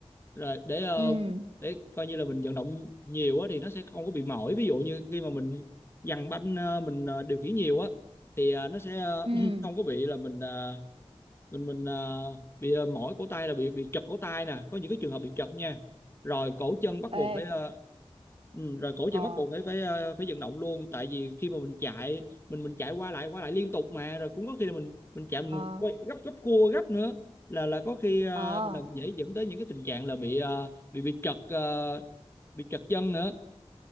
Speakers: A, on the left (about 20°); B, on the right (about 55°).
A: rồi để ờ,
B: ừ,
A: để coi như là mình vận động nhiều á thì nó sẽ không có bị mỏi ví dụ như khi mà mình dằn banh ờ, mình ờ, điều khiển nhiều á thì ờ, nó sẽ ờ,
B: ừ.
A: <clears throat> không có bị là mình ờ, mình mình à, bị à, mỏi cổ tay là bị bị chật cổ tay nè có những cái trường hợp bị chật nha rồi cổ chân bắt
B: Ê,
A: buộc phải à, ừ, rồi cổ
B: ờ,
A: chân bắt buộc phải phải à, phải vận động luôn tại vì khi mà mình chạy mình mình chạy qua lại qua lại liên tục mà rồi cũng có khi là mình mình chạy
B: ờ,
A: mình
B: ờ.
A: quay gấp gấp cua gấp nữa là là có khi à,
B: ờ.
A: là dễ dẫn tới những cái tình trạng là bị à, bị bị chật à, bị chật chân nữa